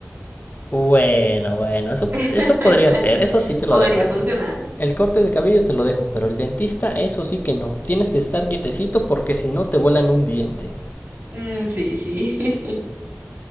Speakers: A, on the left; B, on the right.
A: Bueno, bueno, eso
B: <laughs>
A: eso podría ser, eso sí te
B: podría
A: lo dejo.
B: funcionar.
A: El corte de cabello te lo dejo, pero el dentista eso sí que no. Tienes que estar quietecito porque si no te vuelan un diente.
B: Mm, sí, sí. <laughs>